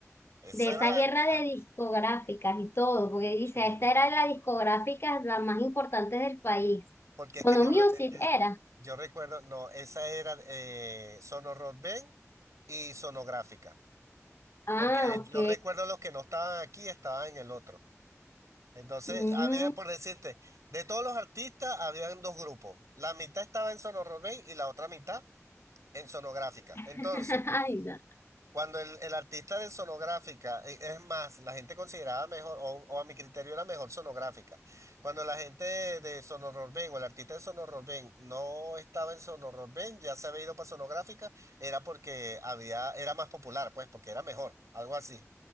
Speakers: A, on the right; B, on the left.
A: Esa
B: de esa
A: era
B: guerra
A: la época.
B: de discográficas y todo, porque dice,
A: Sí.
B: esta era de las discográficas las más importantes del país.
A: Porque
B: Sono
A: es que yo,
B: Music
A: re- eh, eh,
B: era.
A: yo recuerdo, no, esa era eh, Sonorrock Band y Sonográfica.
B: Ah,
A: Porque
B: ok.
A: yo recuerdo los que no estaban aquí estaban en el otro. Entonces,
B: Mm.
A: había, por decirte, de todos los artistas, habían dos grupos. La mitad estaba en Sonorrock Band y la otra mitad en Sonográfica.
B: <laughs>
A: Entonces,
B: Ay, no.
A: Cuando el, el artista de sonográfica, e- es más, la gente consideraba mejor, o, o a mi criterio era mejor sonográfica. Cuando la gente de, de Sonorrobén o el artista de Sonorrobén no estaba en Sonorrobén, ya se había ido para sonográfica, era porque había, era más popular, pues, porque era mejor, algo así.